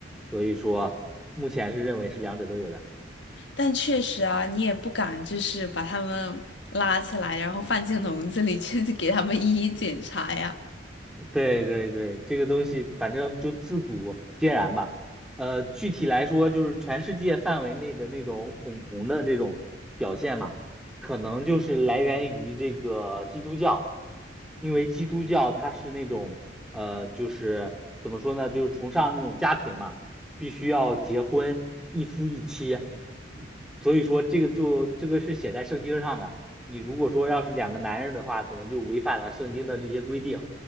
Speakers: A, in the centre; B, on the left.
A: 所以说目前是认为是两者都有的。
B: 但确实啊，你也不敢就是把他们拉起来，然后放进笼子里去 <laughs> 给他们一一检查呀。
A: 对对对，这个东西反正就自古皆然吧。呃，具体来说，就是全世界范围内的那种恐同的这种表现嘛，可能就是来源于这个基督教，因为基督教它是那种呃，就是怎么说呢，就是崇尚那种家庭嘛，必须要结婚，一夫一妻，所以说这个就这个是写在圣经上的。你如果说要是两个男人的话，可能就违反了圣经的这些规定。